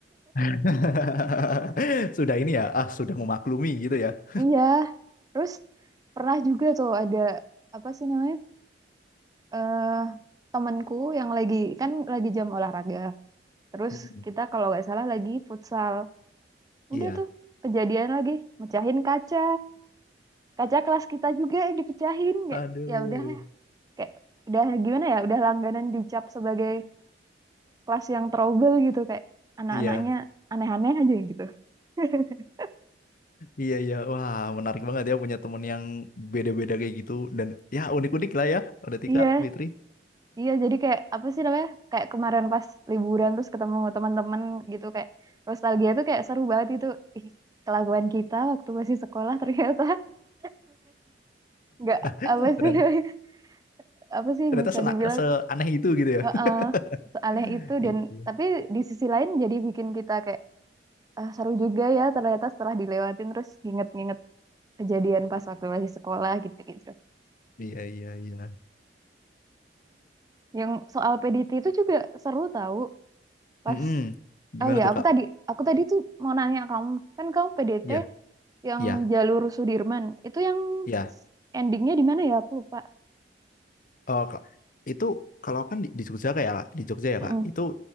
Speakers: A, on the left; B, on the right.
A: <laughs> Sudah ini ya, ah sudah memaklumi gitu ya.
B: Iya. Terus pernah juga tuh ada apa sih namanya? eh temanku yang lagi kan lagi jam olahraga. Terus
A: Hmm.
B: kita kalau nggak salah lagi futsal.
A: Iya.
B: Udah tuh kejadian lagi mecahin kaca. Kaca kelas kita juga yang dipecahin kayak
A: Aduh,
B: Ya udah
A: aduh.
B: lah. kayak udah gimana ya? Udah langganan dicap sebagai kelas yang trouble gitu kayak anak-anaknya
A: Iya,
B: aneh-aneh aja gitu. <laughs>
A: iya, iya. Wah, menarik banget ya punya temen yang beda-beda kayak gitu. Dan ya unik-unik lah ya. Udah Tika,
B: Iya,
A: Fitri.
B: iya jadi kayak apa sih namanya? Kayak kemarin pas liburan terus ketemu teman-teman gitu kayak nostalgia tuh kayak seru banget itu. Ih, kelakuan kita waktu masih sekolah ternyata <laughs> nggak
A: <laughs>
B: apa
A: Ternyata,
B: sih <laughs> apa sih
A: ternyata
B: bisa
A: sena-
B: dibilang
A: seaneh itu gitu ya.
B: Heeh, seaneh
A: <laughs>
B: itu
A: Iya,
B: dan
A: iya,
B: tapi di sisi lain jadi bikin kita kayak "Ah, seru juga ya ternyata setelah dilewatin terus nginget-nginget kejadian pas waktu masih sekolah gitu-gitu.
A: iya, iya. iya.
B: <laughs> Yang soal PDT itu juga seru tahu pas
A: Mm-mm. Gimana
B: oh ya
A: tuh,
B: aku
A: Kak?
B: tadi aku tadi tuh mau nanya kamu kan kamu PDT
A: Iya,
B: yang
A: iya,
B: jalur Sudirman itu yang
A: iya.
B: endingnya di mana ya aku lupa.
A: Eh, Kak, itu kalau kan di, di Jogja kayak ya, Kak, di Jogja ya
B: Mm-mm,
A: Kak, itu